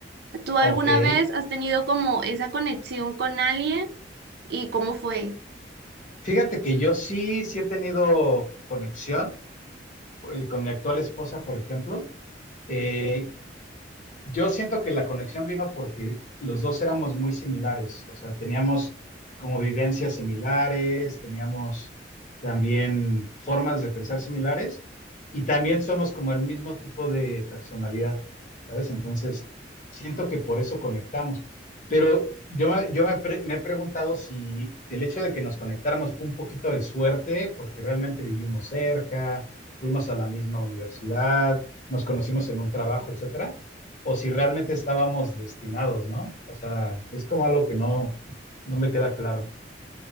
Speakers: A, on the right (about 65°); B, on the left (about 45°).
A: ¿Tú
B: Ok.
A: alguna vez has tenido como esa conexión con alguien y cómo fue?
B: Fíjate que yo sí, sí he tenido conexión eh, con mi actual esposa, por ejemplo. Eh, Yo siento que la conexión vino porque los dos éramos muy similares, o sea, teníamos como vivencias similares, teníamos también formas de pensar similares y también somos como el mismo tipo de personalidad, ¿sabes? Entonces, siento que por eso conectamos. Pero yo, me- yo me, pre- me he preguntado si el hecho de que nos conectáramos fue un poquito de suerte, porque realmente vivimos cerca, fuimos a la misma universidad, nos conocimos en un trabajo, etcétera, o si realmente estábamos destinados, ¿no? O sea, es como algo que no, no me queda claro.